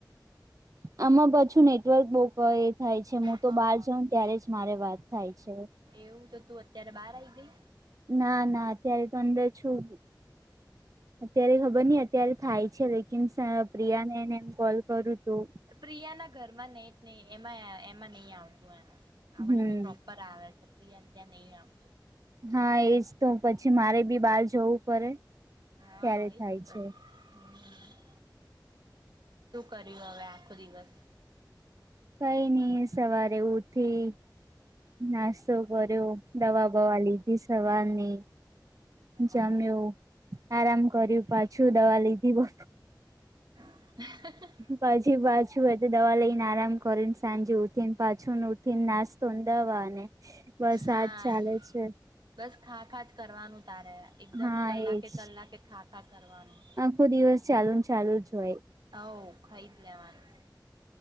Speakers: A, on the right (about 45°); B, on the right (about 70°).
A: આમાં પાછું નેટવર્ક બહુ એ થાય છે હું
B: હા
A: મોટો પાછડ ત્યારે જ મારે વાત થાય છે.
B: એવું તો તું અત્યારે બહાર આવી ગઈ.
A: ના ના અત્યારે તો અંદર છું. અત્યારે ખબર નઈ અત્યારે થાય છે લેકિન પ્રિયા ને એને કોલ કયૉતો.
B: પ્રિયાના ઘરમાં નેટ જ નહીં. એમાં એમાં નહી આવતું એના આવડે
A: હમ
B: તોપ પર આવે છે. પ્રિયા ત્યાં નહી આવતું.
A: હા એજ તો પછી મારે બી બહાર જવું પડે.
B: હા
A: ત્યારે થાય
B: એ તે.
A: છે.
B: હમ. શું કર્યું હવે આખો દિવસ?
A: કઈ નહી સવારે ઉઠી, નાસ્તો કર્યો. દવા બવા લીધી સવારની.
B: બરાબર
A: જમ્યો આરામ કર્યું. પાછું દવા લીધી બપો
B: <inaudible>
A: પછી પાછું એ તો દવા લઈને આરામ કરીને સાંજે ઉઠીને પાછું ને ઉઠીને નાસ્ ધુંંધાવાને વરસાદ
B: હા
A: ચાલે છે.
B: બસ ખા ખા જ કરવાનું તારે એકદમ
A: હા
B: કલાકે
A: એજ
B: કલાકે ખા ખા કરવાનું.
A: આખો દિવસ ચાલુ ને ચાલુ જ હોય.
B: આવ ખાઈ જ લેવાનું.